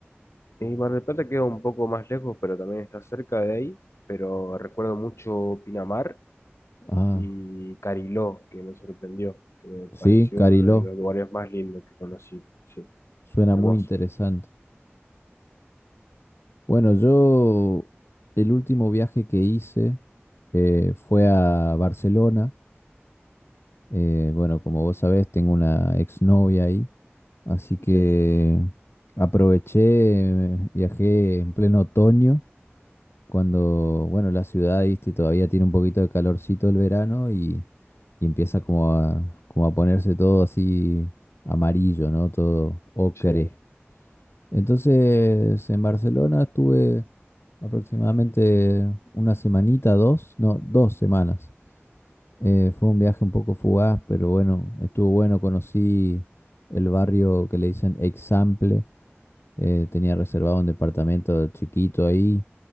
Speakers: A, on the left (about 80°); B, on the left (about 65°).
A: Y Mar del Plata queda un poco más lejos, pero también está cerca de ahí. Pero recuerdo mucho Pinamar
B: Ah,
A: y Cariló, que me sorprendió, que me pareció
B: sí, Cariló,
A: uno de los lugares más lindos que conocí. Sí,
B: suena
A: hermoso.
B: muy interesante. Bueno, yo el último viaje que hice eh, fue a Barcelona. Eh, bueno, como vos sabés, tengo una exnovia ahí, así que
A: Sí,
B: aproveché, eh, viajé en pleno otoño, cuando, bueno, la ciudad, viste, todavía tiene un poquito de calorcito el verano y, y empieza como a, como a ponerse todo así amarillo, ¿no? Todo ocre.
A: sí.
B: Entonces, en Barcelona estuve aproximadamente una semanita, dos, no, dos semanas. Eh, fue un viaje un poco fugaz, pero bueno, estuvo bueno. Conocí el barrio que le dicen Example. Eh, tenía reservado un departamento chiquito ahí.